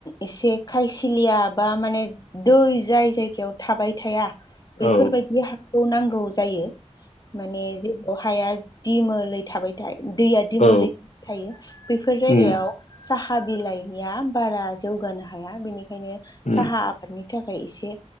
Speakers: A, on the left (about 35°); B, on the left (about 75°).
A: एसे खायसिलिया बा माने दै जाय जायगायाव थाबाय थाया
B: औ
A: बैफोरबायदि हाखौ नांगौ जायो माने जे अहाया दिमोलै थाबाय थ दैया दिमोलै
B: औ
A: थाबाय थायो बेफोर जायगायाव
B: उम
A: साहा बिलाइनिया बारा जौगानो हाया बेनिखायनो
B: उम
A: साहा बेनि थाखाय एसे